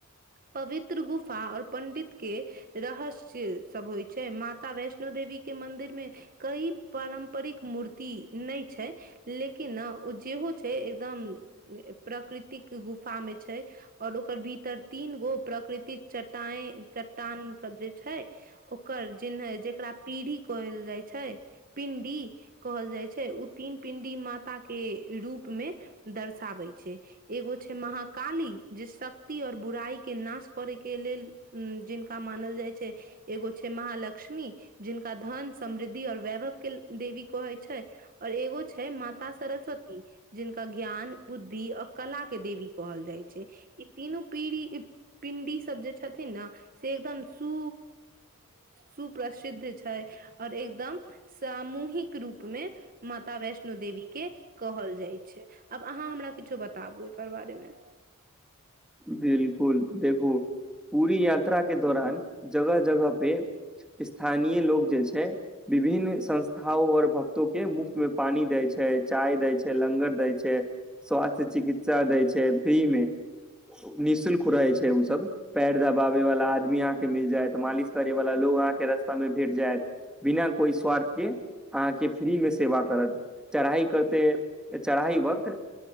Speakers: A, on the right; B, in the centre.
A: पवित्र गुफा आऔर पंडित के। रहस्य सब होइ छै, माता वैष्णो देवी के मंन्दिर में। कई पारम्परिक मूर्ति नहि। छै, लेकिन ओ जेहो छै एकदम। प्रकृतिक गुफा में छै। आओर ओकर भीतर तीन गो प्रकृतिक च्टाए, चट्टान सभ जे छै। ओकर जे चिन्ह जेकरा पीढ़ी कहल जाइ छै। पिंडी कहल जाइ छै उत तीन पिंडी माताकेँ रूप में दर्शाबे छै। एगो छै महाकाली जे शक्ति और बुराई के नाश करे के लेल हूं जिनका मानल जाइ छै एगो छै महालक्ष्मी जिनका धन, समृद्धि आओर वैभव केँ देवी कहै छै आओर एगो छै माता सरस्वती जिनका ज्ञान, बुद्धि और कला केँ देवी कहल जाइ छै। ई तीनू पीढ़ी पिंडी सभ जे छथिन ने से एकदम सु सुप्रसिद्ध छै आओर एकदम सामूहिक रूपमे माता वैष्णो देवी के कहल जाइ छै आब अहाँ हमरा किछो बताबु एकर बारे मे।
B: बिलकुल देखु पूरी यात्रा के दौरान जगह जगह पे स्थानीय लोक जे छै विभिन्न संस्थाओं और भक्तो के मुफ्त मे पानी दै छै चाय दै छै लंगर दै छै स्वास्थ्य चिकित्सा दै छै फ्री मे निःशुल्क रहे छै ऊ सब पैर दबाबे वला आदमी अहाँके मिल जायत मालिश करै वाला लोग अहाँके रास्ता मे भेंट जायत बिना कोइ स्वार्थ के अहाँके फ्री मे सेवा करत चढ़ाइ करते चढ़ाइ वक्त